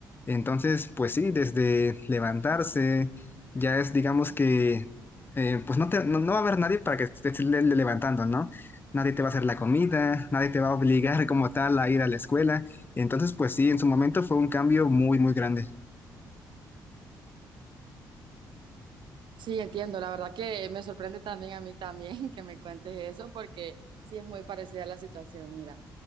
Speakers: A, on the left; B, on the right.
A: Entonces, pues sí, desde levantarse, ya es, digamos que, eh, pues no, te- no, no va a haber nadie para que te estés le- le- levantando, ¿no? Nadie te va a hacer la comida, nadie te va a obligar como tal a ir a la escuela. Entonces, pues sí, en su momento fue un cambio muy, muy grande.
B: Sí, entiendo. La verdad que me sorprende también a mí también <laughs> que me cuentes eso, porque sí es muy parecida la situación, mira.